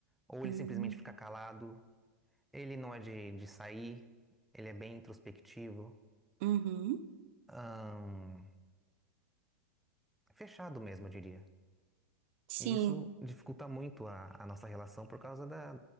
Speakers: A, in the centre; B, on the right (about 55°).
A: Ou
B: Hum,
A: ele simplesmente fica calado, ele não é de, de sair, ele é bem introspectivo,
B: uhum,
A: ahn, fechado mesmo, eu diria.
B: sim,
A: E isso dificulta muito a, a nossa relação por causa da,